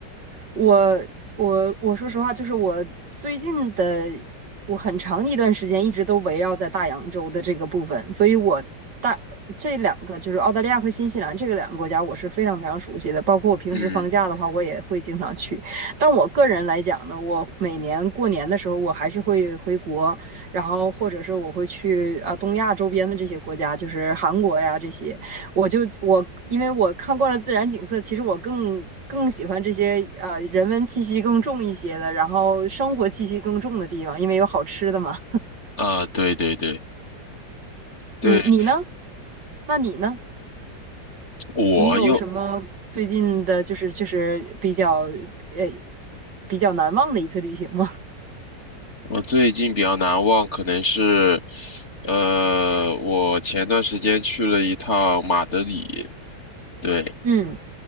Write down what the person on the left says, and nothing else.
嗯，
啊，对对对。对，
我又，
我最近比较难忘，可能是，呃，我前段时间去了一趟马德里，对，